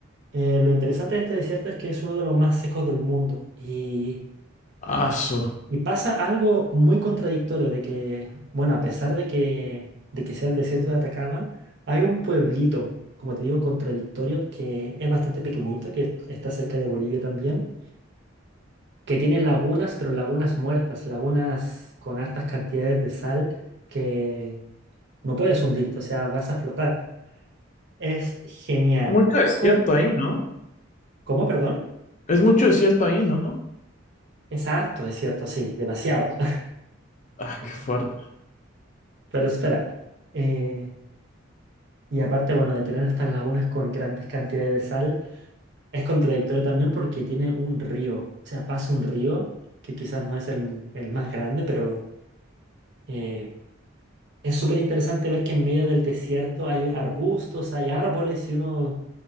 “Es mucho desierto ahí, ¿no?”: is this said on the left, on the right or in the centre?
Left